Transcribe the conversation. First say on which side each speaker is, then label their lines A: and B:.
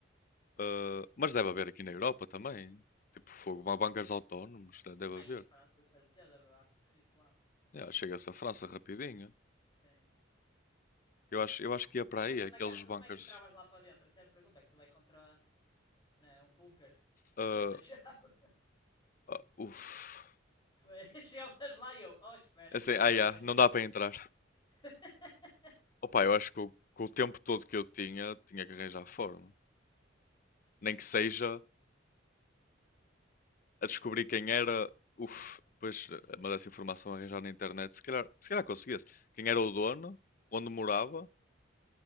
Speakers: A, on the left; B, on the left.
A: Ah, mas deve haver aqui na Europa também. Tipo, fogo, ba- bancos autónomos, de- deve
B: Aí
A: haver.
B: em França, de certeza, bro. Há muito rico lá.
A: Yeah, chega-se à França rapidinho.
B: Sim.
A: Eu acho,
B: Pá,
A: eu
B: yeah.
A: acho que ia para
B: Mas como
A: aí,
B: é, que
A: aqueles
B: anda cá- anda-
A: bancos.
B: como é que entravas lá para dentro? Essa é a pergunta. Aquilo é contra né, um bunker. <laughs> Não
A: ah,
B: tinha deixado.
A: ah, uf.
B: <laughs> Foi. <laughs> Chegavas lá e eu, oh, espera,
A: É Assim,
B: como é
A: ah,
B: que
A: yeah,
B: eu entro?
A: não dá para entrar.
B: <laughs>
A: Opa, eu acho que o- com o tempo todo que eu tinha, tinha que arranjar forma. Nem que seja a descobrir quem era. Uf, pois, eh, mas essa informação a arranjar na internet, se calhar, se calhar conseguia-se. Quem era o dono, onde morava,